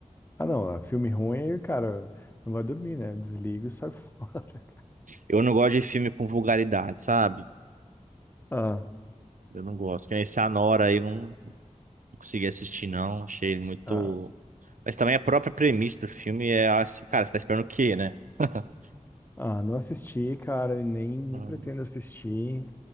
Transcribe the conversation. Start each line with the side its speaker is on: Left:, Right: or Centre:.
Left: Ah, não, ah, filme ruim, cara, não vai dormir, né? Desliga e sai <laughs> fora. cara.
Right: Eu não gosto de filme com vulgaridade, sabe?
Left: Ah,
Right: Eu não gosto. Que nem esse Anora aí, não, não consegui assistir, não. Achei ele muito.
Left: ah,
Right: Mas também a própria premissa do filme é assim, cara, você tá esperando o quê, né? <laughs>
Left: ah, não assisti, cara, e nem, nem
Right: Hum.
Left: pretendo assistir.